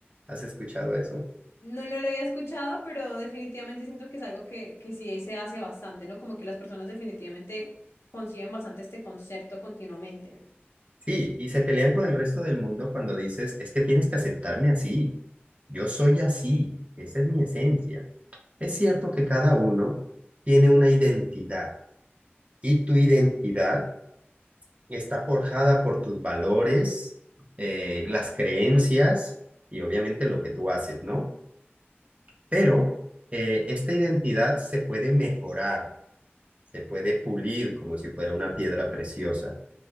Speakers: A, on the right (about 35°); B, on the left (about 85°).
A: ¿Has escuchado eso?
B: no, no lo había escuchado, pero definitivamente siento que es algo que, que sí se hace bastante, ¿no? Como que las personas definitivamente conciben bastante este concepto continuamente.
A: Sí, y se pelean con el resto del mundo cuando dices, es que tienes que aceptarme así, yo soy así, esa es mi esencia. Es cierto que cada uno tiene una identidad y tu identidad está forjada por tus valores, eh, las creencias y obviamente lo que tú haces, ¿no? Pero eh, esta identidad se puede mejorar, se puede pulir como si fuera una piedra preciosa.